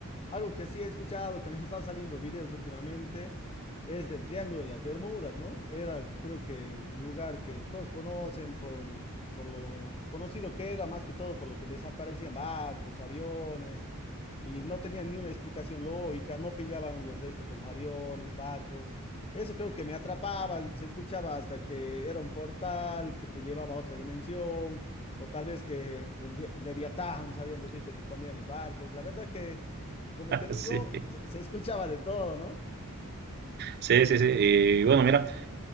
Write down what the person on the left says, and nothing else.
algo que sí he escuchado, que me han estado saliendo videos últimamente, es del Triángulo de las Bermudas, ¿no? Era, creo que, un lugar que todos conocen por, por lo conocido que era, más que todo por lo que desaparecían barcos, aviones, y no tenían ni una explicación lógica, no pillaban los restos de los aviones, barcos. Eso creo que me atrapaba, se escuchaba hasta que era un portal que te llevaba a otra dimensión, o tal vez que el, die- el Leviatán, sabían decir que se comían los barcos. La verdad que... Como te digo,
se, se escuchaba de todo, ¿no?